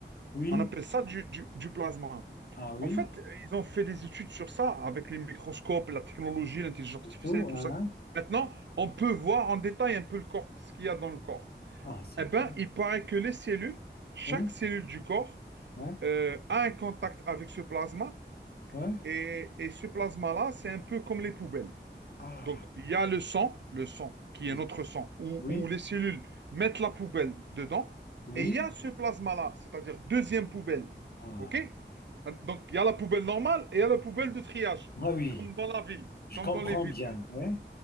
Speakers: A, on the left (about 55°); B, on the right (about 70°).
A: Oui.
B: on appelle ça du, du- du plasma.
A: Ah oui.
B: En fait, ils ont fait des études sur ça avec les microscopes, la technologie, l'intelligence
A: Auto,
B: artificielle, et tout
A: hein?
B: ça. Maintenant, on peut voir en détail un peu le corps, ce qu'il y a dans le corps.
A: Ah, c'est
B: Eh
A: bien.
B: bien, il paraît que les cellules, chaque
A: Ouais.
B: cellule du corps,
A: Ouais.
B: euh, a un contact avec ce plasma
A: Ouais.
B: et, et ce plasma-là, c'est un peu comme les poubelles.
A: Ah.
B: Donc, il y a le sang, le sang qui
A: j-
B: est notre sang, où,
A: Oui.
B: où les cellules mettent la poubelle dedans,
A: Oui.
B: et il y a ce plasma-là, c'est-à-dire deuxième poubelle.
A: Ah.
B: OK? Donc, il y a la poubelle normale et il y a la poubelle de triage,
A: Ah oui.
B: comme dans la ville,
A: Je
B: comme
A: comprends
B: dans les villes.
A: bien. Ouais.